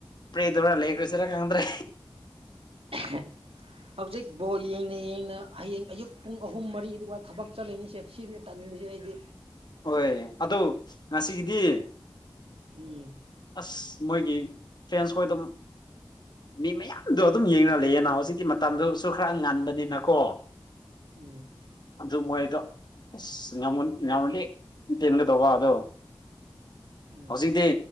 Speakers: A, on the left; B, on the right.
A: ꯄ꯭ꯔꯦ ꯇꯧꯔ ꯂꯩꯈ꯭ꯔꯁꯤꯔ ꯈꯪꯗ꯭ꯔꯦ
B: <unintelligible> ꯍꯧꯖꯤꯛ ꯕꯣꯜ ꯌꯦꯡꯅ ꯌꯦꯡꯅ ꯍꯌꯦꯡ ꯑꯌꯨꯛ ꯄꯨꯡ ꯑꯍꯨꯝ ꯃꯔꯤ ꯑꯗꯨꯋꯥ ꯊꯕꯛ ꯆꯠꯂꯤꯅꯤꯁꯦ ꯁꯤꯅꯦ <unintelligible> ꯇꯟꯂꯤꯖꯦ ꯑꯩꯗꯤ
A: ꯍꯣꯏ ꯑꯗꯨ ꯉꯁꯤꯒꯤꯗꯤ
B: ꯎꯝ
A: ꯑꯁ ꯃꯣꯏꯒꯤ ꯐꯔꯦꯟꯁ ꯈꯣꯏꯗꯨ ꯃꯤ ꯃꯌꯥꯝ ꯑꯗꯣ ꯑꯗꯨꯝ ꯌꯦꯡꯅ ꯂꯩꯌꯦꯅ ꯍꯧꯖꯤꯛꯀꯤ ꯃꯇꯝꯗꯨꯁꯨ ꯈꯔ ꯉꯥꯟꯕꯅꯤꯅ ꯀꯣ
B: ꯎꯝ
A: ꯑꯗꯨ ꯃꯣꯏꯗꯣ ꯑꯁ ꯉꯝꯃ ꯉꯝꯃꯗꯤ ꯌꯦꯡꯒꯗꯧꯕ ꯑꯗꯣ
B: ꯎꯝ
A: ꯍꯧꯖꯤꯛꯇꯤ